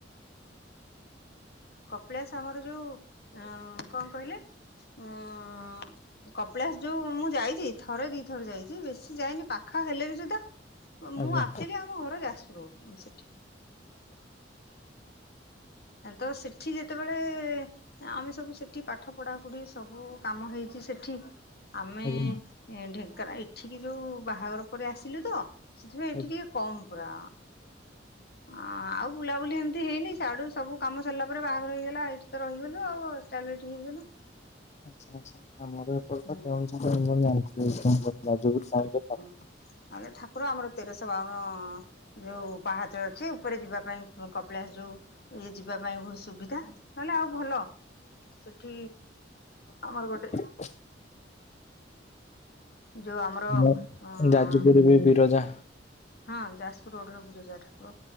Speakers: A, on the left; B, on the left.
A: କପିଳାସ ଆମର ଯୋଉ କଣ କହିଲେ? ଉ କପିଳାସ ଯୋଉ ମୁଁ ଯାଇଛି, ଥରେ ଦି ଥର ଯାଇଛି। ବେଶୀ ଯାଇନି ପାଖ ହେଲେ ବି ସୁଧା ମୁଁ
B: ଆଜ୍ଞା
A: ଆକ୍ଚୁଆଲି ଆମ ଘର ଯାଜପୁର ରୋଡ଼, ସେଠି ତ ସେଠି ଯେତେବେଳେ ଆମେ ସବୁ ସେଠି ପାଠ ପଢାପଢି ସବୁ କାମ ହେଇଛି ସେଠି। ଆମେ
B: ଆଜ୍ଞା
A: ଢେଙ୍କାନା, ଏଠିକି ଯୋଉ ବାହାଘର ପରେ ଆସିଲୁ ତ। ସେଥିପାଇଁ ଏଠି
B: ଆଜ୍ଞା।
A: ଟିକେ କମ୍ ପୁରା ଆଉ ବୁଲାବୁଲି ଏମିତି ହେଇନି, ସିଆଡୁ ସବୁ କାମ ସରିଲା ତାପରେ ବାହାଘର ହେଇଗଲା, ଏଇଠି ତ ରହିଗଲୁ ଆଉ ଏଷ୍ଟାବ୍ଲିସ ହେଇଗଲୁ।
B: ଆଛା ଆଛା ଆମର ଏପଟେ
A: ହୁଁ
B: ତ କେଉଁଝର୍ ଆପଣ ଜାଣିଥିବେ। <unintelligible> ଯାଜପୁର ସାଇଡ <unintelligible>
A: <unintelligible> ଠାକୁର ଆମର ତେରଶହ ବାଉନ ଯୋଉ ପାହାଚ ଅଛି, ଉପରେ ଯିବା ପାଇଁ କପିଳାସ ଯୋଉ ଇଏ ଯିବା ପାଇଁ ବହୁତ ସୁବିଧା, ନହେଲେ ଆଉ ଭଲ। ସେଠି ଆମର ଗୋଟେ
B: <inaudible> <inaudible>
A: ଯୋଉ ଆମର
B: ଯା
A: ଅଁ
B: ଯାଜୁପୁରରେ ବି ବିରଜା।
A: ହଁ ଯାଜପୁର ରୋଡର ବିରଜା, ଠାକୁର